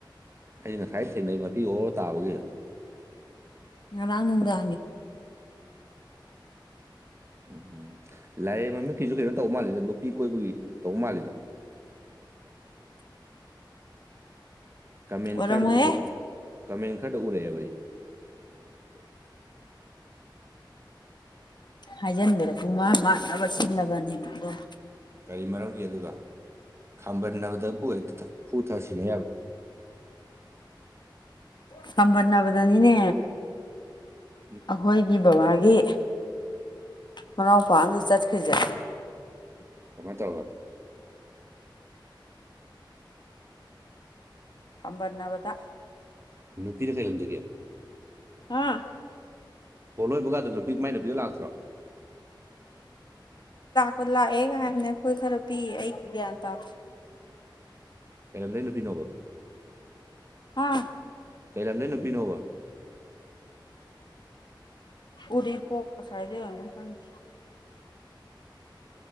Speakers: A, on the right; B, on the left.
A: ꯑꯩ ꯉꯁꯥꯏ ꯊꯦꯡꯅꯩ ꯃꯄꯤ ꯑꯣꯔ ꯇꯥꯕꯒꯤ
B: ꯑ ꯂꯅꯨꯗꯦ
A: ꯎꯝ ꯎꯝ ꯂꯥꯏꯌꯦꯡ ꯃꯃꯤꯠꯀꯤꯁꯨ ꯀꯩꯅꯣ ꯇꯧꯕ ꯃꯥꯜꯂꯤꯗ ꯅꯨꯄꯤ ꯀꯣꯏꯕꯒꯤ ꯇꯧꯕ ꯃꯥꯜꯂꯤꯗ <unintelligible> ꯀꯃꯦꯟ
B: ꯑꯣꯏꯔꯝꯃꯣꯏꯍꯦ
A: ꯈꯔꯗ ꯎꯍꯧ ꯀꯃꯦꯟ ꯈꯔꯗ ꯎꯔꯛꯑꯦꯕꯩ ꯍ
B: ꯍꯥꯏꯖꯤꯟꯗꯦꯔꯁꯨꯨꯡ ꯃꯥ ꯃꯥꯟꯅꯕ ꯁꯤꯜꯂꯕꯅꯦ ꯍ
A: ꯀꯔꯤ ꯃꯔꯝꯒꯤ ꯑꯗꯨꯒ ꯈꯥꯝꯕꯟꯅꯕꯗꯕꯨꯛꯇ ꯍꯨ ꯊꯥꯁꯤꯟꯅ ꯌꯥꯕ꯭ꯔꯣ <inaudible>
B: ꯈꯝꯕꯟꯅꯕꯗꯅꯤꯅꯦ
A: ꯎꯝ
B: ꯑꯩꯈꯣꯏꯒꯤ ꯕꯕꯥꯒꯤ ꯃꯅꯥꯎꯄꯥ ꯑꯝꯗ ꯆꯠꯈ꯭ꯔꯤꯁꯦ
A: ꯁꯨꯃꯥꯏꯅ ꯇꯧꯕꯒ
B: ꯈꯝꯕꯔ ꯅꯕꯗ
A: ꯅꯨꯄꯤꯗ ꯀꯩ ꯂꯝꯗꯒꯤ
B: ꯍꯥꯥ
A: ꯍꯣ ꯂꯣꯏꯕ ꯀꯥꯟꯗ ꯅꯨꯄꯤꯃꯥꯏꯅꯕꯤꯗꯨ ꯂꯥꯛꯇ꯭ꯔꯣ
B: ꯍꯣꯏ ꯂꯥꯛꯑꯦ ꯀ ꯍꯥꯏꯅ ꯑꯩꯈꯣꯏ ꯈꯔ ꯄꯤ ꯑꯩ ꯒ꯭ꯌꯥꯟ ꯇꯥꯗꯦ
A: ꯀꯩꯅꯣꯝꯗꯒꯤ ꯅꯨꯄꯤꯅꯣꯕ
B: ꯑꯥ
A: ꯀꯩꯂ ꯌꯥꯝ ꯅ ꯅꯨꯄꯤꯤ ꯅꯣꯕ
B: ꯎꯗꯔꯤ ꯄꯣꯛꯀ ꯁꯥꯏꯗꯪꯁꯤ